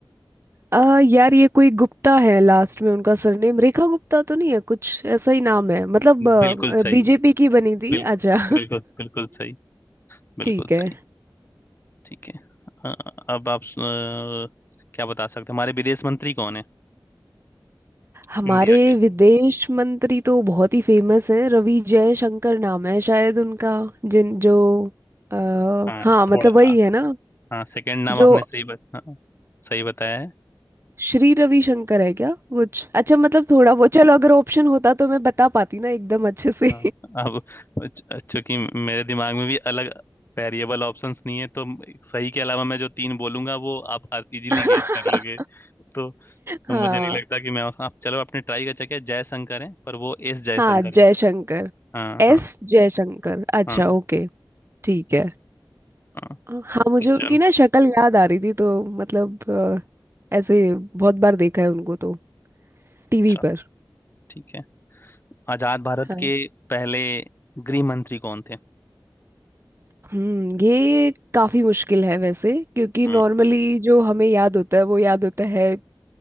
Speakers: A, on the right; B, on the left.
A: आ, यार ये कोई गुप्ता है लास्ट में उनका सरनेम रेखा गुप्ता तो नहीं है कुछ ऐसा ही नाम है मतलब
B: बिल्कुल सही
A: बीजेपी की बनी थी
B: बिल,
A: अच्छा
B: बिल्कुल बिल्कुल सही बिल्कुल
A: <laughs> ठीक है
B: सही ठीक है अ, अब आप स- अ, क्या बता सकते हैं? हमारे विदेश मंत्री कौन है
A: हमारे
B: इंडिया के
A: विदेश मंत्री तो बहुत ही फेमस हैं रवि जयशंकर नाम है शायद उनका जिन जो आ,
B: हाँ
A: हाँ मतलब
B: थोड़ा
A: वही है ना
B: हाँ सेकंड नाम
A: जो
B: आपने सही बत, हाँ, सही बताया है
A: श्री रविशंकर है क्या कुछ अच्छा मतलब थोड़ा वो चलो अगर ऑप्शन होता तो मैं बता पाती ना एकदम अच्छे से
B: हाँ अब च- चूंकि मेरे दिमाग में भी अलग वेरिएबल ऑप्शंस नहीं है तो सही के अलावा मैं जो तीन बोलूंगा वो आप इजीली
A: <laughs>
B: गेस कर लोगे तो, तो
A: हाँ
B: मुझे नहीं लगता कि मैं आप चलो आपने ट्राई कर चुके जयशंकर है पर वो एस जयशंकर
A: हाँ जयशंकर
B: है हाँ
A: एस
B: हाँ
A: जयशंकर अच्छा
B: हाँ
A: ओके ठीक है
B: हाँ
A: हाँ मुझे
B: तो
A: उनकी
B: चल
A: ना शक्ल याद आ रही थी तो मतलब अ, ऐसे बहुत बार देखा है उनको तो टीवी
B: चल
A: पर
B: ठीक है आजाद भारत
A: हाँ
B: के पहले गृह मंत्री कौन थे
A: हम्म ये काफी मुश्किल है वैसे क्योंकि
B: हम्म
A: नॉर्मली जो हमें याद होता है वो याद होता है अ,